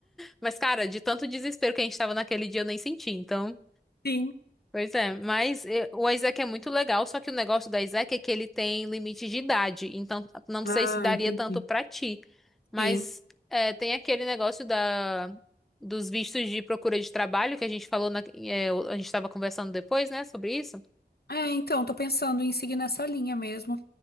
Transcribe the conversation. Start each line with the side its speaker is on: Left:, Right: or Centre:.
Centre: Mas, cara, de tanto desespero que a gente tava naquele dia, eu nem senti, então.
Left: Sim.
Centre: Pois é, mas eh, o Isaac é muito legal, só que o negócio do Isaac é que ele tem limite de idade, então não
Left: Ah,
Centre: sei se daria
Left: entendi.
Centre: tanto pra ti. Mas
Left: Sim.
Centre: eh, tem aquele negócio da, dos vistos de procura de trabalho que a gente falou, na, eh, a gente tava conversando depois, né, sobre isso.
Left: É, então, tô pensando em seguir nessa linha mesmo.